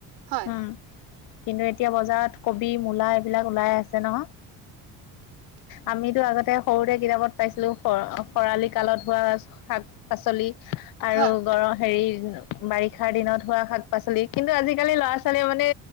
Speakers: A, on the right (about 85°); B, on the left (about 60°).
A: হয়
B: উম কিন্তু এতিয়া বজাৰত কবি মূলা এইবিলাক ওলাই আছে ন
A: <unintelligible>
B: আমিতো আগতে সৰুতে কিতাপত পাইছিলো খৰা--খৰালি কালত হোৱা শাক পাচলি আৰু
A: হয়
B: গৰম হেৰি বাৰিষাৰ দিনত হোৱা শাক পাচলি কিন্তু আজিকালি ল'ৰা ছোৱালীও মানে